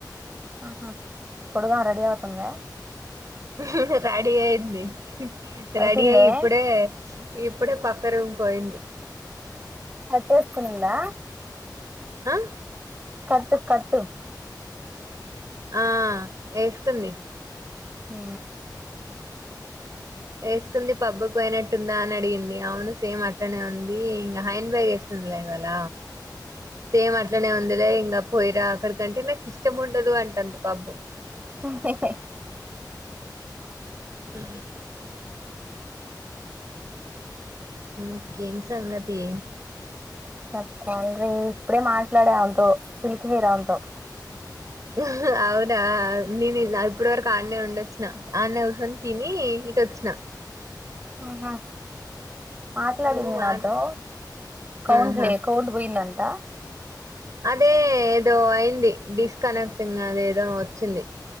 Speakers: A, on the right; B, on the right.
A: ఆహ త్వరగా రెడి అవుతుందా?
B: హ్హ్ రెడీ అయింది
A: అయిపోయిందే
B: రెడీ అయి ఇప్పుడే ఇప్పుడే ప క్కరు పోయింది.
A: స్కర్ట్ వేసుకునిందా?
B: ఆ
A: స్కర్ట్ స్కర్ట్
B: ఆ వేసుకుంది
A: ఉ
B: వేసుకుంది పబ్బకు పోయినట్టుందా అని అడిగింది. అవును సేమ్ అట్లనే ఉంది ఇంగా హైన్ బాగ్ వేసు కుంది లేవాల సేమ్ అట్లనే ఉందులే ఇంగ పోయిరా అక్కడికంటే నాకు ఇష్టం ఉండదు అంటుంది పాపం.
A: ఊహ్హ్
B: ఉ ఇంకేం సంగతి
A: చెప్పాలరి ఇప్పుడే మాట్లాడే ఆళ తో సిల్క్ హీరాతో
B: హ్హ్ అవునా నేను ఇలప్పుడు వరకు ఆడనే ఉండొచ్చున ఆడనే కూర్చొని తిని ఇటు వచ్చిన
A: ఆహా మాట్లాడింది
B: నువ్వు మాట్లా
A: నాతో కౌంట్లే
B: ఆహా
A: కౌంట్ పోయింద అంత
B: అదే ఏదో అయింది డిస్కనెక్టింగ్ అది ఏదో వచ్చింది.